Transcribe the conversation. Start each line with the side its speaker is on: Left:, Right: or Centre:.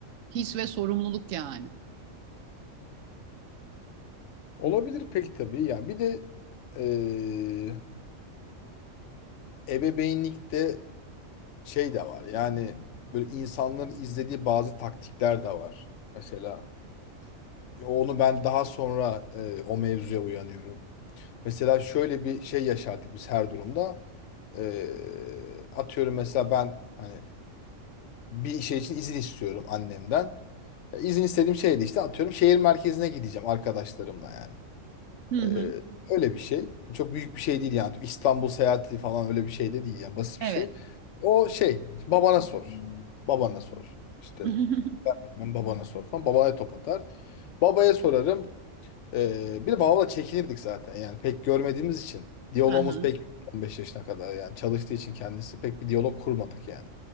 Right: His ve sorumluluk yani.
Left: Olabilir peki tabii yani bir de ee, ebeveynlikte şey de var yani böyle insanların izlediği bazı taktikler de var. Mesela e, onu ben daha sonra ee, o mevzuya uyanıyorum. Mesela şöyle bir şey yaşardık biz her durumda. Ee, atıyorum mesela ben hani bir şey için izin istiyorum annemden. E, İzin istediğim şeydi işte atıyorum şehir merkezine gideceğim arkadaşlarımla yani.
Right: Hı hı.
Left: Ee, öyle bir şey. Çok büyük bir şey değil yani. İstanbul seyahati falan öyle bir şey de değil yani basit bir
Right: Evet.
Left: şey. O şey babana sor. Babana sor. İşte
Right: <laughs>
Left: ben babana sor falan. Babaya top atar. Babaya sorarım. Ee, bir de babamla çekinirdik zaten yani pek görmediğimiz için. Diyalogumuz
Right: Aha.
Left: pek 15 yaşına kadar yani çalıştığı için kendisi pek bir diyalog kurmadık yani.